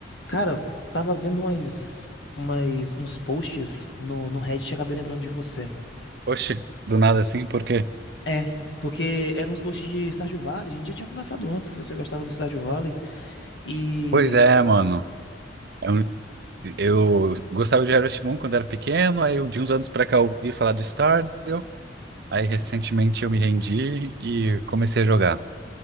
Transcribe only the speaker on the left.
Cara, tava vendo umas, umas, uns posts no, no Reddit e acabei lembrando de você.
É, porque eram uns posts de Stardew Valley. A gente já tinha conversado antes que você gostava do Stardew Valley. E.